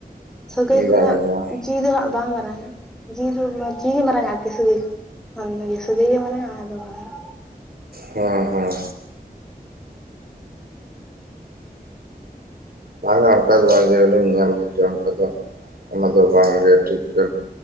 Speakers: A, in the centre; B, on the right.
A: ᱥᱟᱹᱜᱟᱹᱭ
B: ᱵᱟᱝ ᱵᱟᱝ
A: ᱠᱷᱚᱱᱟᱜ ᱡᱤᱣᱤ ᱫᱚ ᱦᱟᱸᱜ ᱵᱟᱝ ᱢᱟᱨᱟᱝᱼᱟ, ᱡᱤᱣᱤ ᱫᱚ ᱡᱤᱣᱤ ᱢᱟᱨᱟᱝᱼᱟ ᱟᱨᱠᱤ ᱥᱟᱹᱜᱟᱹᱭ ᱠᱷᱚᱱ ᱚᱱ ᱛᱮ ᱜᱮ ᱥᱟᱹᱜᱟᱹᱭ ᱜᱮ ᱢᱟᱨᱟᱝᱼᱟ᱾ ᱚᱱᱟ ᱫᱚ ᱵᱟᱝ?
B: ᱦᱚᱸ ᱦᱚᱸ᱾ ᱛᱟ ᱯᱚᱨᱮ ᱵᱷᱟᱹᱜᱮ ᱦᱚᱲ ᱤᱧ ᱧᱮᱞ ᱠᱮᱜ ᱠᱚᱣᱟ, ᱛᱚᱯᱚᱱ ᱚᱱᱟ ᱫᱚ ᱵᱟᱝ ᱜᱮ ᱴᱷᱤᱠᱟ